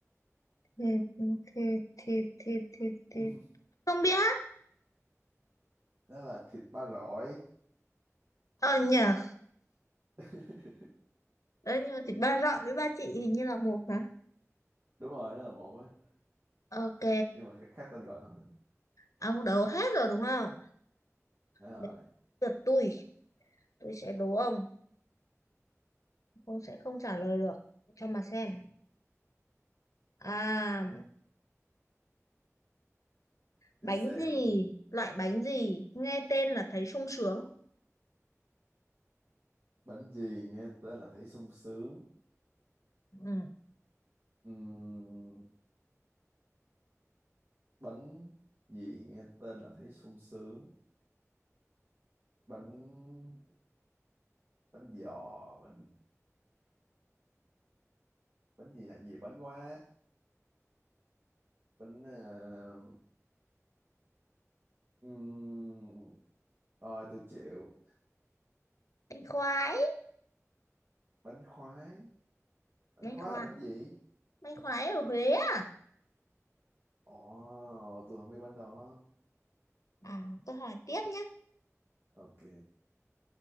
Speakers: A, on the left; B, on the right.
A: thịt, thịt, thịt, thịt, thịt, thịt.
B: <laughs>
A: Không biết.
B: đó là thịt ba rọi
A: Ờ nhờ.
B: <laughs>
A: Đấy, nhưng mà thịt ba rọi với ba chị hình như là một mà.
B: đúng rồi đó là một á
A: Ok,
B: nhưng mà khác khác tên gọi thôi
A: ông đấu hết rồi đúng không?
B: hết rồi
A: Đến lượt tôi, tôi sẽ đố ông. Ông sẽ không trả lời được. Cho mà xem. À...
B: để
A: Bánh
B: xem
A: gì? Loại bánh gì? Nghe tên là thấy sung sướng.
B: bánh gì nghe tên là thấy sung sướng
A: Ừ.
B: Ừm, bánh gì nghe tên là thấy sung sướng bánh bánh giò bánh bánh gì là nhiều bánh quá bánh ờ, ừm, thôi tôi chịu
A: bánh khoái
B: bánh khoái bánh
A: Bánh
B: khoái
A: khoái.
B: là bánh gì
A: Bánh khoái ở Huế á.
B: ồ tôi không biết bánh đó
A: À, tôi hỏi tiếp nhé.
B: ok